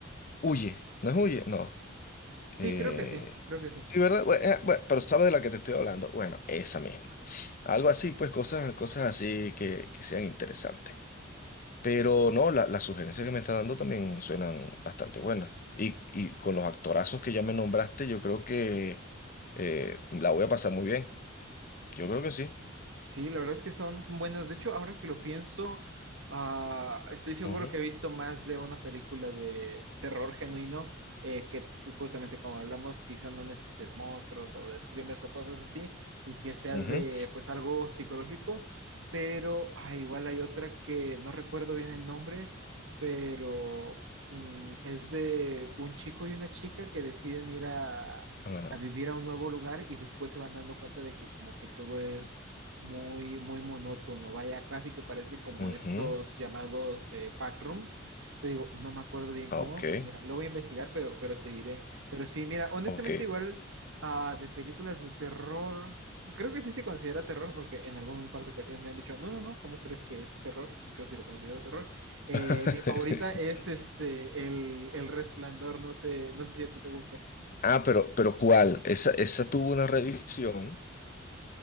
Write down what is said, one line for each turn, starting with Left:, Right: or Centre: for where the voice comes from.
Left: huye. ¿No es huye? No. Eh,
Right: Sí, creo que sí, creo que sí.
Left: sí, ¿verdad? Bue- eh, bue- pero ¿sabes de la que te estoy hablando? Bueno, esa misma. Algo así, pues cosas, cosas así que, que sean interesantes. Pero no, la- las sugerencias que me está dando también suenan bastante buenas. Y, y con los actorazos que ya me nombraste, yo creo que eh, la voy a pasar muy bien. Yo creo que sí.
Right: Sí, la verdad es que son, son buenas. De hecho, ahora que lo pienso, ah, estoy seguro
Left: Ujú,
Right: que he visto más de una película de terror genuino, eh, que justamente como hablamos, quizá no necesite de monstruos o de screamers o cosas así, y que sea
Left: ujú,
Right: de pues algo psicológico, pero ah, igual hay otra que no recuerdo bien el nombre, pero mm, es de un chico y una chica que deciden ir a,
Left: ah,
Right: a vivir a un nuevo lugar y después se van dando cuenta de que como que todo es muy, muy monótono, vaya, casi que parece como
Left: ujú.
Right: estos llamados eh, pack rooms. Te digo, no me acuerdo bien
Left: Ah,
Right: cómo,
Left: Ok,
Right: mira, lo voy a investigar, pero, pero te diré. Pero sí, mira, honestamente
Left: ok.
Right: igual ah, de películas de terror, creo que sí se considera terror porque en algún par de ocasiones me han dicho, no, no, no, ¿cómo crees que es terror? Yo sí lo considero terror. Eh,
Left: <laughs>
Right: mi favorita es este, el, el Resplandor, no sé, no sé si a ti te gusta.
Left: Ah, pero, pero ¿cuál? Esa, esa tuvo una reedición.